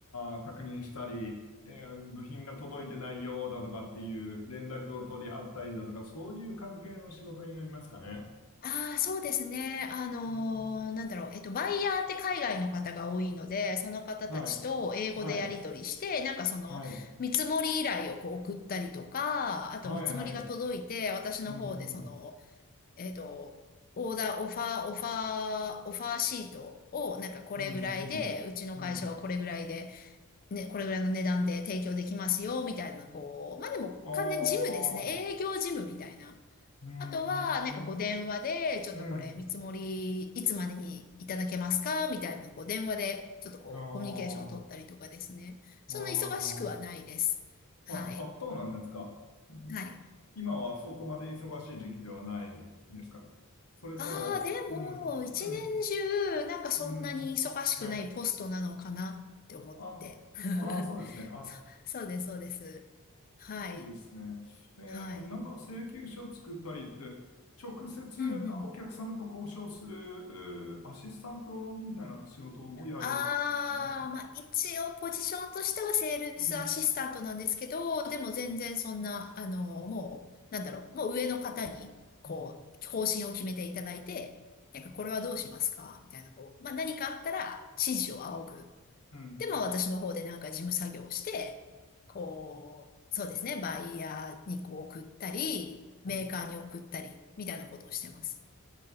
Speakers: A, on the left; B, on the left.
A: あー、確認したり、えー部品が届いてないようだとかっていう連絡を取り合ったりだとか、そういう関係の仕事になりますかね。
B: ああ、そうですね。あのーなんだろう。
A: うん。
B: えっと、バイヤーって海外の方が多いので、その方たちと英語でやり取りして、
A: はい。はい。
B: なんかその、
A: はい。
B: 見積もり依頼をこう送ったりとか、あと見積もりが届いて、
A: はい。はい。
B: 私の方でその、
A: うん。うん。
B: えっと、オーダー、オファー、オファー、オファーシートを、なんかこれぐらいで、
A: うん。うん。
B: うちの会社はこれぐらいで、
A: うん。
B: ね、これぐらいの値段で提供できますよ、みたいな、こう、まあでも完全に事務ですね。
A: ああ、う
B: 営業事務みたいな。
A: ーん、
B: あとは、なんかこう電話で、ちょっとこれ見積もりいつまでにいただけますかみたいなのをこう電話で、
A: うん、
B: ちょっとこうコミュニケーションを取ったりとかですね。
A: ああ、
B: そんな忙しくはないです。
A: ああ、
B: はい。
A: あ、あそうなんですか。うん
B: はい。
A: 今はそこまで忙しい時期ではないですか。それとも、
B: ああ、でも、
A: うん、
B: 一年中、
A: うん、
B: なんかそんなに忙しくないポストなのかなって思って。
A: うん、はい。あ、
B: <laughs>
A: ああ、そうですね。あ、
B: そ、そうです、そうです。はい。
A: いいですね。えーなんか請求書作ったりって、
B: はい。
A: 直接お客様と交渉する、
B: うんうん。
A: うーアシスタントみたいな仕事もやるんですね。
B: ああ、まあ一応ポジションとしてはセールスアシスタントなんですけど、
A: うん。
B: でも全然そんな、あの、もう、なんだろう、もう上の方に、こう、
A: うん、
B: 方針を決めていただいて、なんかこれはどうしますかみたいな、
A: うん、
B: こう、まあ何かあったら指示を仰ぐ。
A: うん、
B: で、まあ私の方でなんか事務作業をして、こう、そうですね、バイヤーにこう送ったり、メーカーに送ったり、
A: うん。
B: みたいなことをしてます。